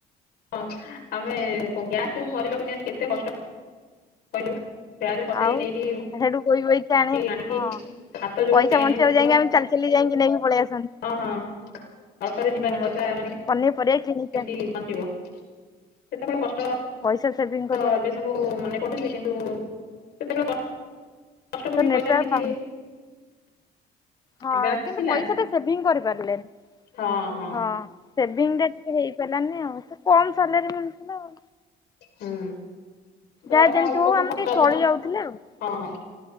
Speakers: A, on the left; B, on the left.
A: ହଁ ଆମେ ଗ୍ୟାସ ଯୋଉ ଭରିବାକୁ ନିଅନ୍ତି କେତେ କଷ୍ଟ କହିଲୁ। ବ୍ୟାଗରେ ପସେଇ
B: ଆଉ
A: ନେଇକି
B: ସେଠୁ ବୋହି ବୋହି କି
A: ଭରିକି
B: ଆଣି
A: ଆଣିକି
B: ହଁ
A: ହାତ ଯୋଉ
B: ପଇସା
A: ପେନ୍
B: ବଞ୍ଚେଇକୁ
A: ହଉଥିବ
B: ଯାଇକି ଆମେ ଚାଲି ଚାଲି ଚାଲି ଯାଇକି ନେଇକି ପଳେଇ ଆସନ୍ତି।
A: ହଁ ହଁ ଅଟୋରେ ଯିବାନି
B: ହୁଁ
A: ପଇସା ମାନେ
B: ପନିପରିବା କିଣି
A: କେମତି ବଞ୍ଚିବ ସେତେବେଳେ କଷ୍ଟ
B: ପଇସା ସେଭିଂ କରିବା
A: ହଁ ଏବେ ସବୁ ମାନେ କଟୁଛି କିନ୍ତୁ ସେତେବେଳେ କଷ୍ଟ କରିବି
B: ତ ନେଟୱାର୍କ
A: ପଇସା ବି କିଛି
B: ପାଉନି। ହଁ
A: ଏବେ ଆସିଲା
B: କିନ୍ତୁ ପଇସା ଟା ସେଭିଙ୍ଗ କରିପାରିଲେନି
A: ହଁ ହଁ
B: ହଁ ସେଭିଙ୍ଗ ଟା ଟିକେ ହେଇପାରିଲାନି ଆଉ ସେ କମ ସାଲେରୀ ମିଳୁଥିଲା ଆଉ
A: ହୁଁ ଦରମା
B: ଯାହା ଯେମିତି
A: ଅଳ୍ପକୁ
B: ହଉ ଆମେ
A: ଖର୍ଚ୍ଚ
B: ଟିକେ
A: ଅଧିକ
B: ଚଳି ଯାଉଥିଲେ ଆଉ
A: ହଁ ହଁ